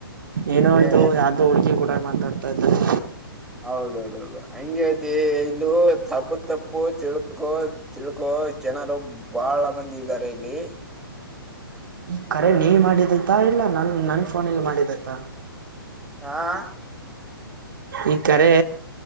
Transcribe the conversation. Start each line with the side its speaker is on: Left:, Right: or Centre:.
Right: ಏನೋ
Centre: ಏ
Right: ಇದು ಯಾವ್ದು ಹುಡುಗಿ ಮಾತಾಡ್ತಾಯ ಇದ್ದಾರೆ
Centre: ಹೌದೌದೌದು ಹಂಗತಿ ಇಲ್ಲೂ ತಪ್ಪು ತಪ್ಪು ತಿಳ್ಕೊ ತಿಳ್ಕೊ ಜನರು ಬಾಳ ಮಂದಿ ಇದ್ದಾರೆ ಇಲ್ಲಿ
Right: ಈ ಕರೆ ನೀ ಮಾಡಿದೈತಾ ಇಲ್ಲ ನನ್ ನನ್ ಫೋನ ಇಲ್ ಮಾಡಿದೈತ
Centre: ಹಾ
Right: ಈ ಕರೆ